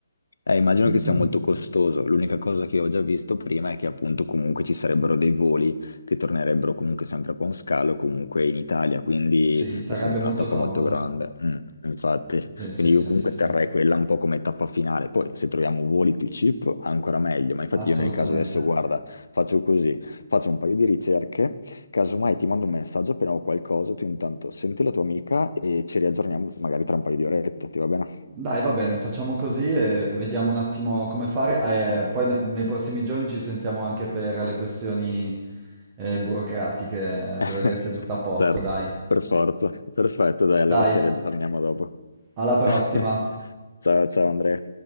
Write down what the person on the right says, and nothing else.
<clears throat>
Sì, sarebbe
molto
comodo.
Sì, sì,
sì,
sì, sì,
assolutamente.
Dai, va bene, facciamo così e vediamo un attimo come fare. Eh, poi ne- nei prossimi giorni ci sentiamo anche per le questioni eh, burocratiche, per
vedere se è tutto a posto,
dai.
Dai,
alla prossima.